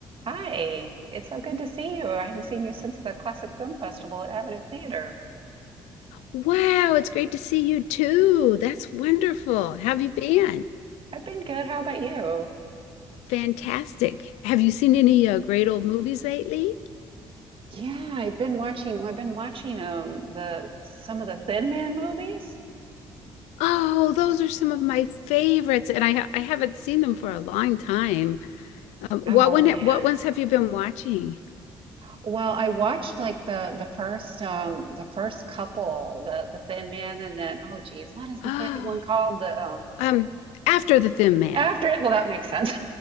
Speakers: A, on the right; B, on the left.
A: Hi, it's so good to see you. I haven't seen you since the Classic Film Festival at Avenue Theater.
B: Wow, it's great to see you too. That's wonderful. How have you been?
A: I've been good. How about you?
B: Fantastic. Have you seen any uh, great old movies lately?
A: Yeah, I've been watching, well, I've been watching um the some of the Thin Man movies.
B: Oh, those are some of my favorites, and I ha I haven't seen them for a long time. Um, what
A: Oh
B: one?
A: yeah.
B: What ones have you been watching?
A: Well, I watched like the the first um the first couple, the the Thin Man and then oh geez, what is the
B: Oh,
A: second one called? The um
B: um, After the Thin Man.
A: after it, well that makes sense.